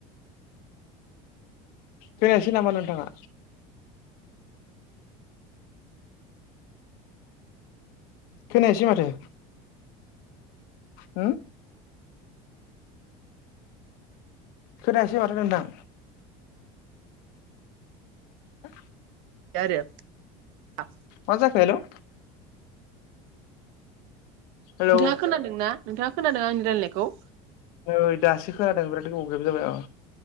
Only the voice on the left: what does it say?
खोनायासै नामा नोंथाङा खोनायासै माथो हो खोनायासै माथो नोंथां हो
मा जाखो हेलौ हेलौ
नै दासो खोनादों बिराद गोबाव गेब जाबाय अ